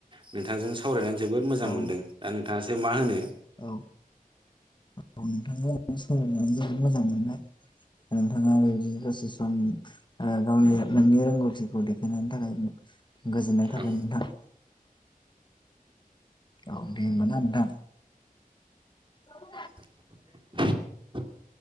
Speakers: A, on the right (about 35°); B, on the left (about 30°).
A: नोंथांजों सावरायनानै जोबोद मोजां
B: औ
A: मोनदों दा नोंथाङासो मा होनो
B: औ औ नोंथां सायनानै जोबोद मोजां मोनबाय नोंथाङा बेदि दसे सम गावनि नोंनि रोंगौथिखौ देखायनायनि थाखाय गोजोननाय थाबाय
A: औ
B: नोंथां। औ दे होमबा ना नोंथां। औ।
A: <inaudible>